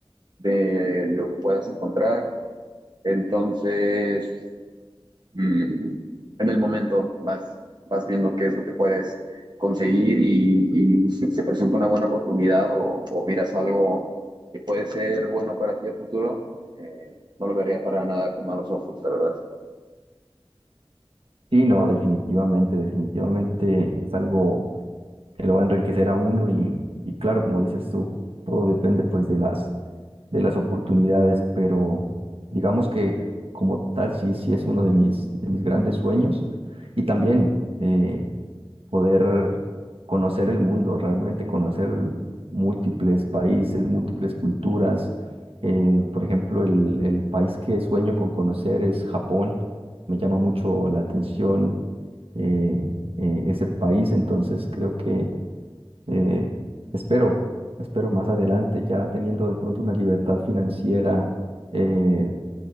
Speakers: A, on the right; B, on the right.
A: de lo que puedas encontrar. Entonces, mm, en el momento vas, vas viendo qué es lo que puedes conseguir y, y si se presenta una buena oportunidad o, o miras algo que puede ser bueno para ti a futuro, eh, no lo vería para nada con malos ojos, la verdad.
B: Sí, no, definitivamente, definitivamente es algo que lo va a enriquecer a uno y, y claro, como dices tú, todo depende pues de las de las oportunidades, pero digamos que como tal sí, sí es uno de mis, de mis grandes sueños y también eh, poder conocer el mundo, realmente conocer múltiples países, múltiples culturas. Eh, por ejemplo, el, el país que sueño con conocer es Japón, me llama mucho la atención eh, eh, ese país, entonces creo que eh, espero, espero más adelante, ya teniendo de pronto una libertad financiera, eh,